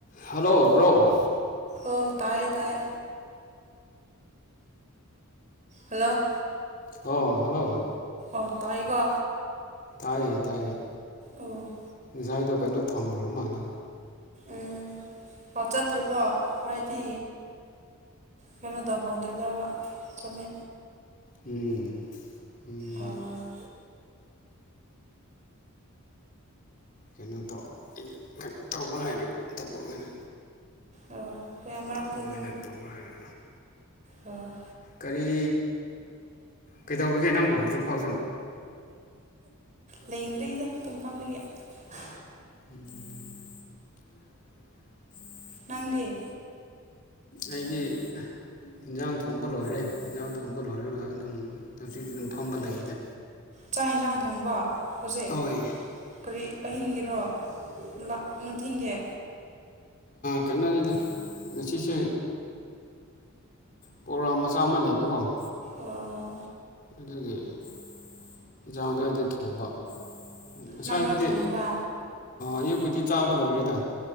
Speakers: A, on the left; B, on the right.
A: hello bro
B: ꯑꯣ ꯇꯌꯦ ꯇꯌꯦ ꯍꯜꯂꯣ
A: ꯑ ꯍꯜꯂꯣ
B: ꯑ ꯇꯥꯏꯒ
A: ꯇꯥꯏꯌꯦ ꯇꯥꯏꯌꯦ
B: ꯎꯝ
A: ꯉꯖꯥꯏꯗꯣ ꯀꯩꯅꯣ ꯊꯝꯈ꯭ꯔ ꯃꯥꯜꯂꯦ
B: ꯎꯝ ꯐꯆꯠꯇ꯭ꯔꯕꯣ ꯍꯥꯏꯗꯤ ꯀꯩꯅꯣ ꯇꯧꯍꯧꯗ꯭ꯔꯕ꯭ꯔꯕ ꯆꯨꯝꯃꯦ
A: ꯎꯝ ꯎꯝ
B: ꯑꯣ
A: ꯀꯩꯅꯣ ꯇꯧ ꯇꯧꯕ꯭ꯔꯥ ꯍꯥꯏꯔꯒ ꯑꯇꯣꯞꯄ ꯑꯣꯏꯅ
B: ꯑꯣ ꯍꯣꯏ ꯑꯃꯔꯛꯇꯤ
A: ꯇꯇꯣꯞꯄ ꯑꯣꯏꯅ
B: ꯑꯗꯨꯝ
A: ꯇꯧꯕ꯭ꯔꯥ ꯍꯥꯏꯔ
B: ꯑꯣ
A: ꯀꯔꯤ ꯀꯩꯗꯧꯔꯒꯦ ꯅꯪꯕꯨ ꯍꯧꯖꯤꯛꯐꯥꯎꯖ
B: ꯂꯩꯗ꯭ꯔꯦꯗ ꯇꯨꯡꯐꯝꯗꯒꯤꯗꯒꯤ <inaudible>
A: ꯎ <unintelligible> ꯎꯝ <unintelligible>
B: ꯅꯪꯗꯤꯦ
A: ꯑꯩꯗꯤ ꯏꯟꯖꯥꯡ ꯊꯣꯡꯕ ꯂꯣꯏꯔꯦ ꯌꯦꯟꯖꯥꯡ ꯊꯣꯡꯕ ꯂꯣꯏꯔꯒ ꯑꯗꯨꯝ ꯍꯧꯖꯤꯛ ꯁꯤꯗꯤ ꯑꯗꯨꯝ ꯐꯝꯕ ꯂꯩꯌꯦꯗ
B: ꯆꯥꯛ ꯌꯦꯟꯁꯥꯡ ꯊꯣꯡꯕ ꯍꯧꯖꯤꯛ
A: ꯍꯣꯏ
B: ꯀꯔꯤ ꯑꯍꯤꯡꯒꯤꯔꯣ ꯂ ꯅꯊꯤꯟꯒꯤ
A: ꯀꯩꯅꯣꯁꯤꯗ ꯉꯁꯤꯁꯦ ꯄ꯭ꯔꯣꯒꯒꯥ꯭ꯔꯥꯝ ꯃꯆꯥ ꯑꯃ ꯂꯩꯕꯀꯣꯌ
B: ꯑꯣ
A: ꯑꯗꯨꯒꯤꯟꯖꯥꯡꯒꯩꯗ ꯊꯣꯡꯕ ꯉꯁꯥꯏꯕꯨꯗꯤ
B: ꯅꯪꯅ ꯊꯣꯡꯕ
A: ꯑꯌꯨꯛꯀꯤꯨꯗꯤ ꯆꯥꯕ ꯂꯣꯏꯔꯦꯗ